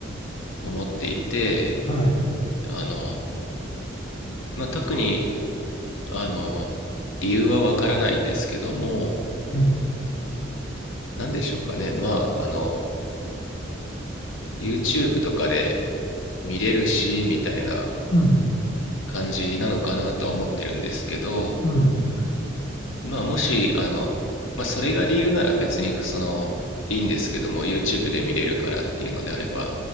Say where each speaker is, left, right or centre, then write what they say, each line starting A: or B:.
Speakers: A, on the left (about 75°); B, on the left (about 30°).
A: 思っていて
B: はい
A: あの、まあ、特にあの理由はわからないんですけども
B: うん
A: 何でしょうかねまああの YouTube とかで見れるしみたいな
B: うん
A: 感じなのかなとは思ってるんですけど、
B: うん
A: まあ、もしあの、まあ、それが理由なら別にそのいいんですけども YouTube で見れるからっていうのであれば